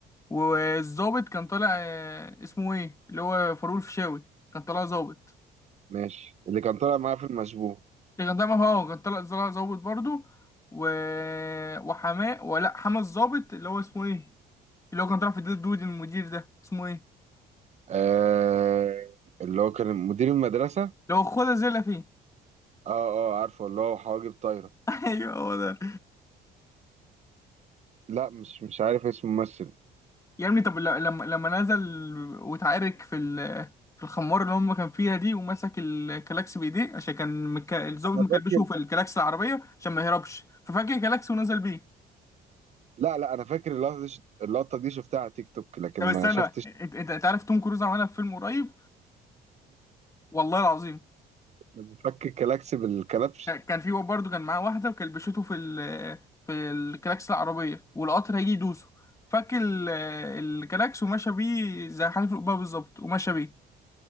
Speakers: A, on the left; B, on the right.
A: والظابط كان طالع آه، اسمه إيه اللي هو فاروق الفيشاوي كان طالع ظابط
B: ماشي اللي كان طالع معايا في المشبوه
A: اللي كان طالع هو كان طالع طالع ظابط برضه و... وحماء ولا حماة الظابط اللي هو اسمه إيه اللي هو كان طالع في الدود المدير ده اسمه إيه
B: آه... اللي هو كان مدير المدرسة
A: اللي هو خد زي فيه
B: اه اه عارفه اللي هو حواجب طايرة
A: <laughs> ايوه هو ده
B: لا مش مش عارف اسم الممثل
A: يا ابني طب ل- لما لما نزل واتعارك في ال- في الخمار اللي هم كان فيها دي ومسك الكلاكس بايديه عشان كان مك... الظابط
B: انا
A: مكلبشه
B: فاكر
A: في الكلاكس العربيه عشان ما يهربش ففجأة الكلاكس ونزل بيه
B: لا لا انا فاكر اللقطة دي اللقطة دي شفتها على تيك توك لكن
A: طب
B: ما
A: استنى
B: شفتش
A: انت انت أنت عارف توم كروز عملها في فيلم قريب والله العظيم
B: لما فك الكلاكس بالكلبش
A: ك- كان في برضه كان معاه واحده وكلبشته في ال... في الكلاكس العربيه والقطر هيجي يدوسه فك ال... الكلاكس ومشى بيه زي حنيف القبه بالظبط ومشى بيه